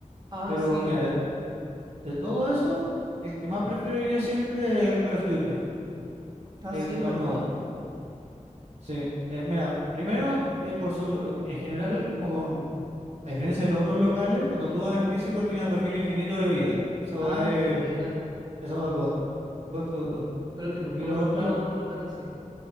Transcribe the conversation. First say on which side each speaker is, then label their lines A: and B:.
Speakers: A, on the right (about 30°); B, on the right (about 55°).
A: Ah,
B: Pero
A: sí.
B: mira, de, de todo eso, el que más prefiero yo siempre es el Carl Jr.,
A: Ah,
B: el
A: sí,
B: que
A: es mejor.
B: más me gusta. Sí, eh, mira, primero, que por sobre- en general, como con, a diferencia de los otros locales, cuando tú vas en físico tienes refil infinito de bebida. Esa va
A: Ah,
B: es,
A: qué buena.
B: esa hueá es God, God, God, God.
A: Creo que nunca
B: Y lo
A: me ha tocado
B: otro
A: un local así.